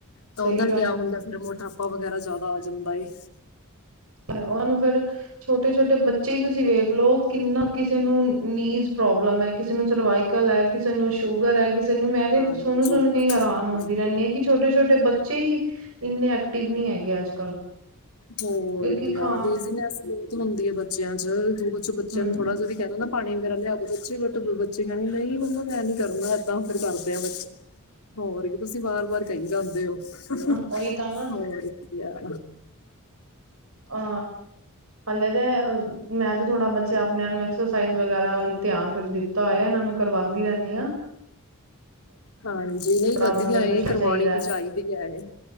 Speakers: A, on the left (about 80°); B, on the right (about 65°).
A: ਤਾਂ
B: ਸਹੀ
A: ਓ ਨਾਲ
B: ਗੱਲ
A: ਕਿਆ
B: ਹੈ।
A: ਹੁੰਦਾ ਫਿਰ ਮੋਟਾ ਪਾ ਵਗੈਰਾ ਜੈਦਾ ਆ ਜਾਂਦਾ ਏ।
B: ਤੇ ਓਨਾ ਨੂੰ ਫੇਰ ਛੋਟੇ-ਛੋਟੇ ਬੱਚੇ ਈ ਤੁਸੀਂ ਵੇਖ ਲੋ ਕਿੰਨਾ ਕਿਸੇ ਨੂੰ ਨੀਜ਼ ਪ੍ਰੋਬਲਮ ਐ, ਕਿਸੇ ਨੂੰ ਸਰਵਾਈਕਲ ਐ ਕਿਸੇ ਨੂੰ ਸ਼ੂਗਰ ਐ, ਕਿਸ ਸੇ ਨੂੰ ਮੈਂ ਤੇ
A: ਹਾਂਜੀ
B: ਸੁਣ-ਸੁਣ ਕੇ ਈ ਹੈਰਾਨ ਹੁੰਦੀ ਰੈਨੀ ਆ ਕੀ ਛੋਟੇ-ਛੋਟੇ ਬੱਚੇ ਈ ਏਨੇ ਐਕਟਿਵ ਨੀ ਹੈਗੇ ਅੱਜ-ਕੱਲ੍ਹ।
A: ਹੋਰ
B: ਕਿਉਂਕਿ
A: ਕਿਆ
B: ਖਾਂ
A: ਲੇਜ਼ੀਨੈਸ ਬੋਤ ਹੁੰਦੀ ਐ ਬੱਚਿਆਂ ਚ, ਜੇੜੇ ਚ ਬੱਚੇਆਂ
B: ਹੂੰ
A: ਨੂੰ ਥੋੜ੍ਹਾ ਜਾ ਵੀ ਕੈਦੋ ਨਾ ਪਾਣੀ ਵਗੈਰਾ ਲਿਆ ਦੋ ਬੱਚੇ, ਅੱਗੋ ਬੱਚੇ ਕੈਨਗੇ ਨਈ ਮੰਮਾ ਮੈਂ ਨੀ ਕਰਨਾ ਏਦਾਂ ਫੇਰ ਕਰਦੇ ਆ ਬੱਚੇ। ਹੋਰ ਕੀ ਤੁਸੀਂ ਵਾਰ-ਵਾਰ ਕਈ ਜਾਂਦੇ ਓ, ਹੋਰ
B: ਉਹੀ ਤਾਂ ਨਾ
A: ਕਿਆ।
B: ਆ ਹਲੇ ਤੇ ਮੈਂ ਤੇ ਥੋੜਾ, ਬੱਚੇ ਆਪਣਿਆਂ ਨੂੰ ਐਕਸਰਸਾਈਜ਼ ਵਗੈਰਾ ਵੱਲ ਧਿਆਨ ਦਿੱਤਾ ਹੋਇਆ, ਏਨਾਂ ਨੂੰ ਕਰਵਾਂਦੀ ਰੈਨੀ ਆ।
A: ਹਾਂਜੀ, ਨਈ
B: ਥੋੜਾ
A: ਵਧੀਆ
B: ਮਤਲਬ
A: ਏ
B: ਚਾਹੀਦਾ
A: ਕਰਵਾਣੀ ਵੀ ਚਾਈਦੀ ਐ ਏ